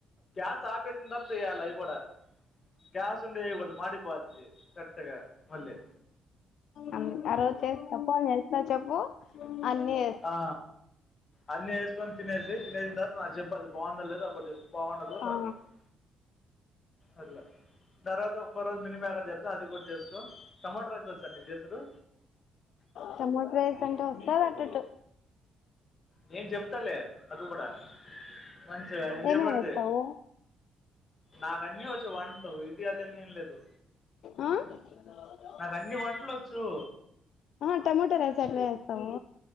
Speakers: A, on the left (about 40°); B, on the left (about 70°).
A: గ్యాస్ ఆపేసిన తర్వాత అవి కూడా గ్యాస్ ఉండేయకూడదు మాడి పోద్ది కెట్గా మల్లి
B: అందు ఆ రోజు చేస్త ఫోన్ చేస్తా చెప్పు అన్ని
A: ఆ అన్నీ వేసుకొని తినేసి తినేసిన తర్వాత నాకు చెప్పదు బాగుంద లేదు అప్పటి చెప్పు బాగుండప్పు
B: ఆ
A: పడుకున్నాను అట్లా తర్వాత ఒక రోజు మిలీమేకర్ చేప్త అది కూడా చేస్కో టమాటో రైస్ వచ్చా నీకు చేసుడు
B: టమాటా రేస్ అంటే వస్తది అటట్టు
A: నేను చెప్తాలే అది కూడా మంచి నేను
B: ఏమేమి
A: చెప్పలాడుతే
B: వేస్తావు
A: నాకు అన్నీ వచ్చు వంటలు ఇది అదని ఏం లేదు
B: ఆ అ
A: నాకు అన్ని వంటలు వచ్చు
B: ఆ టమోటో రైస ఎలు వస్తావు